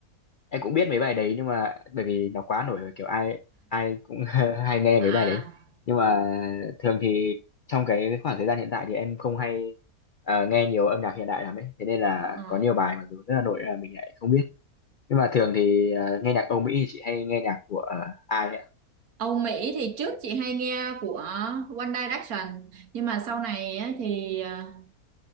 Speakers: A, on the left; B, on the right.
A: em cũng biết mấy bài đấy nhưng mà bởi vì nó quá nổi rồi kiểu ai ai cũng <laughs> hay nghe
B: à
A: mấy bài đấy. Nhưng mà thường thì trong cái khoảng thời gian hiện tại thì em không hay ờ, nghe nhiều âm nhạc hiện đại lắm ấy. Thế nên là
B: ừ.
A: có nhiều bài mặc dù rất là nổi là mình lại không biết. Nhưng mà thường thì ờ, nghe nhạc Âu Mỹ thì chị hay nghe nhạc của ờ, ai ạ?
B: Âu Mỹ thì trước chị hay nghe của One Direction nhưng mà sau này á thì à,